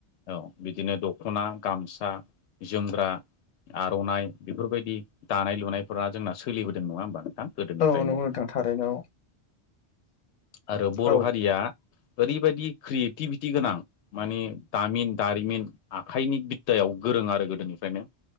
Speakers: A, on the left; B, on the left.
A: औ बिदिनो दख'ना गामसा जोमग्रा आर'नाइ बेफोरबायदि दानाय लुनायफोरा जोंना सोलिबोदों नङा होमबा नोंथां गोदोनिफ्रायनो
B: औ नंगौ नोंथां थारैनो
A: आरो बर'
B: औ
A: हारिया ओरैबायदि क्रियेटिभिटि गोनां मानि दामिन दारिमिन आखाइनि बिद्दायाव गोरों आरो गोदोनिफ्रायनो